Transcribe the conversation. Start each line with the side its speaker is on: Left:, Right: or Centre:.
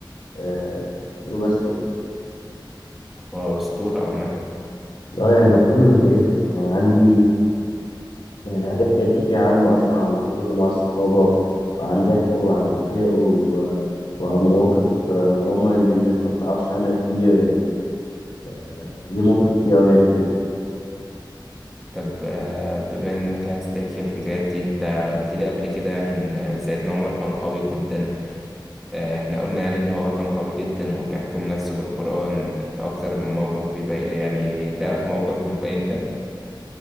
Left: آه وبس يعني
Centre: هو أسطورة عامة
Left: اه يعني ده بكل مقاييس أصلا أنا عندي يعني عندي حكايات كتير عنه أصلا عن لحظاته مع الصحابة وعن ضحكه وعن بكائه و- وعن مواقف آه، هما اللي الناس ما بتعرفش عنها كتير يعني آه، ليه مواقف كتير أوي يعني بجد
Centre: طب آه، بما إنك عايز تحكي الحكايات دي أنت قلت لي قبل كده يعني إن سيدنا عمر كان قوي جدا آه، احنا قلنا يعني ان هو كان قوي جدا وبيحكم نفسه بالقرآن في اكتر من موقف بيبين يعني تعرف موقف بتبين ده